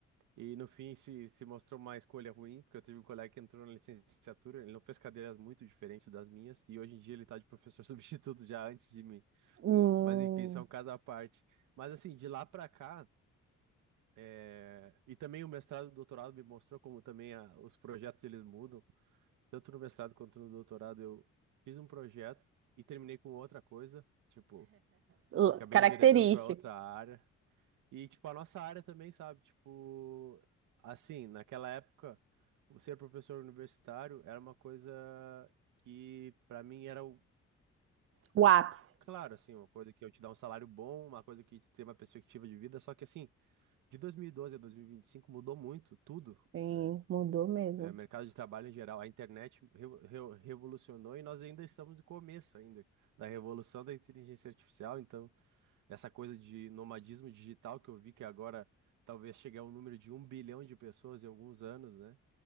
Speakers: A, on the right; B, on the right.
A: E no fim se, se mostrou uma escolha ruim, porque eu tive um colega que entrou na licenciatura, ele não fez cadeiras muito diferentes das minhas, e hoje em dia ele tá de professor <laughs> substituto já antes de mim.
B: Hum,
A: Mas enfim, isso é um caso à parte. Mas assim, de lá pra cá. É, e também o mestrado e o doutorado me mostrou como também a- os projetos eles mudam. Tanto no mestrado quanto no doutorado eu fiz um projeto e terminei com outra coisa, tipo,
B: l-
A: acabei
B: característica,
A: enveredando para outra área. E tipo a nossa área também, sabe, tipo, assim, naquela época, o ser professor universitário era uma coisa que para mim era o
B: o ápice.
A: Claro, assim, uma coisa que eu te dar um salário bom, uma coisa que te ter uma perspectiva de vida, só que assim, de 2012 a 2025 mudou muito tudo
B: Sim,
A: né?
B: mudou mesmo.
A: é, mercado de trabalho em geral, a internet revo- revo- revolucionou e nós ainda estamos no começo ainda da revolução da inteligência artificial. Então, essa coisa de nomadismo digital que eu vi que agora talvez chegue ao número de um bilhão de pessoas em alguns anos, né?